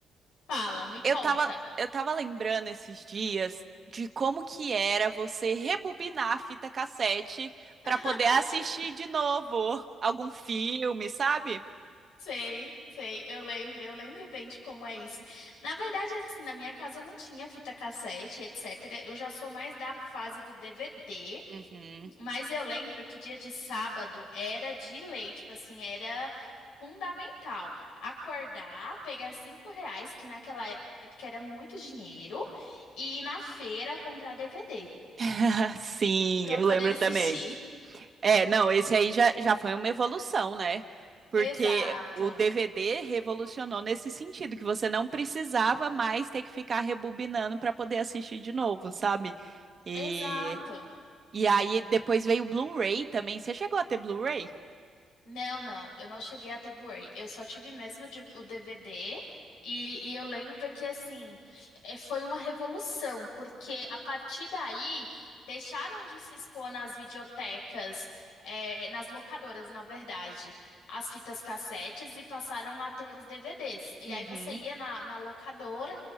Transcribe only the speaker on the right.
Eu tava, eu tava lembrando esses dias de como que era você rebobinar a fita cassete pra
poder assistir de novo algum filme, sabe?
Uhum.
<laughs> Sim,
eu
lembro
também. É, não, esse aí já, já foi uma evolução, né? Porque
o DVD revolucionou nesse sentido, que você não precisava mais ter que ficar rebobinando para poder assistir de novo, sabe? E,
e aí depois veio o Blu-ray também. Você chegou a ter Blu-ray?
Uhum.